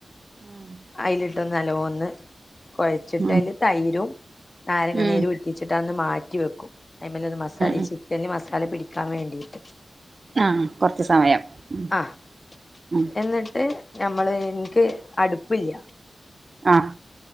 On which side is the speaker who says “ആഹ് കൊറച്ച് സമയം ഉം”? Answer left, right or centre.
Right